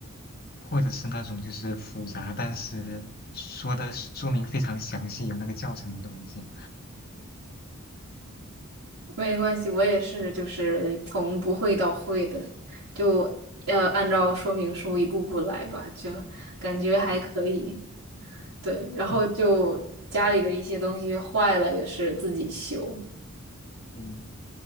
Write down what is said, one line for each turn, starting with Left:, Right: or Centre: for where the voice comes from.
Left: 或者是那种就是复杂，但是说的说明非常详细，有那个教程的东西。
Right: 没关系，我也是，就是从不会到会的，就呃按照说明书一步步来吧，
Left: 啊
Right: 就感觉还可以。
Left: 啊
Right: 对，然后就家里的一些东西坏了，
Left: 啊
Right: 也是自己修。
Left: 嗯